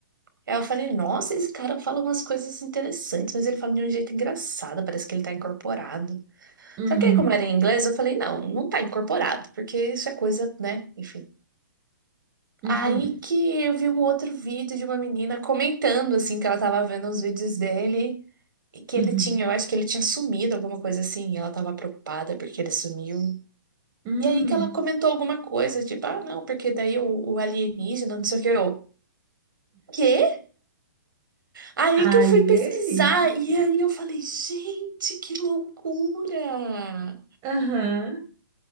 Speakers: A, on the right (about 80°); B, on the right (about 30°).
A: Aí eu falei, nossa, esse cara fala umas coisas interessantes, mas ele fala de um jeito engraçado, parece que ele tá incorporado.
B: uhum,
A: Só que aí, como era em inglês, eu falei, não, não tá incorporado, porque isso é coisa, né? Enfim.
B: uhum,
A: Aí que eu vi um outro vídeo de uma menina comentando, assim, que ela tava vendo uns vídeos dele e que
B: uhum.
A: ele tinha, eu acho que ele tinha sumido, alguma coisa assim, e ela tava preocupada porque ele sumiu.
B: Hum,
A: E aí que ela comentou alguma coisa, tipo, ah, não, porque daí o, o alienígena, não sei o que, eu, quê? Aí
B: Alienígena.
A: que eu fui pesquisar e aí eu falei, gente, que loucura!
B: Aham,